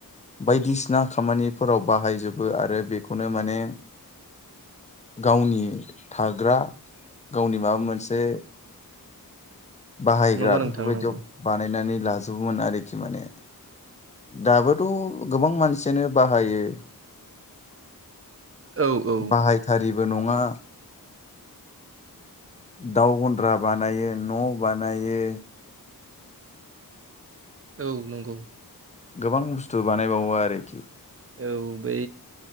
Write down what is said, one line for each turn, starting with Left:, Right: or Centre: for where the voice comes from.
Left: बायदिसिना खामानिफोराव बाहायजोबो आरो बेखौनो माने गावनि थाग्रा गावनि माबा मोनसे बाहायग्रा
Right: नंगौ नोंथां
Left: बेफोरबायदियाव
Right: नंगौ
Left: बानायनानै लाजोबोमोन आरोखि माने दाबोथ' गोबां मानसियानो बाहायो।
Right: औ औ
Left: बाहायथारिबो नङा दाउ गन्द्रा बानायो न' बानायो।
Right: औ नंगौ।
Left: गोबां बुस्थु बानायबावो आरोखि।
Right: औ बै